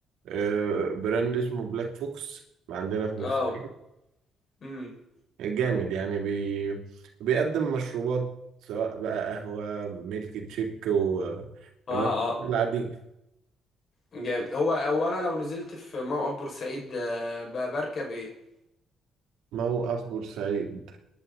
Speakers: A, on the right (about 80°); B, on the left (about 50°).
A: آه، براند اسمه بلاك فوكس عندنا في بورسعيد
B: اه امم
A: جامد يعني بي بيقدم مشروبات سواء بقى قهوة ميلك تشيك والمشروبات
B: اه آه.
A: العادية
B: جامد هو هو انا لو نزلت في موقف بورسعيد آه، ب- بركب ايه
A: موقف بورسعيد